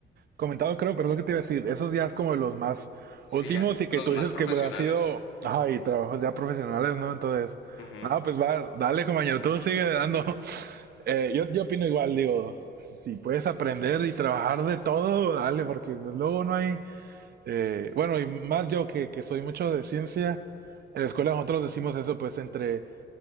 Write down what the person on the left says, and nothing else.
sí,
ya,
los
más
profesionales.
Ujú,